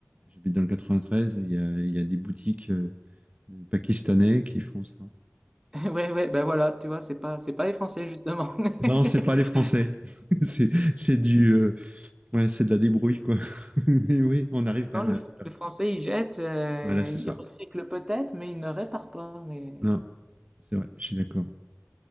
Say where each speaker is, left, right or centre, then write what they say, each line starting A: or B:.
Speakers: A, on the right; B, on the right.
A: j'habite dans le 93, il y a, il y a des boutiques. euh, les Pakistanais qui font ça.
B: <laughs> Ouais, ouais, ben voilà, tu vois, c'est pas, c'est pas les Français, justement.
A: Non, c'est
B: <laughs>
A: pas les Français. <laughs> c'est c'est du euh, ouais, c'est de la débrouille quoi. <laughs> Mais oui, on arrive quand
B: Non,
A: même
B: le, fr-
A: à
B: le Français, il jette, euh,
A: voilà, c'est
B: il
A: ça.
B: recycle peut-être, mais il ne répare pas. Mais...
A: Non, c'est vrai, je suis d'accord.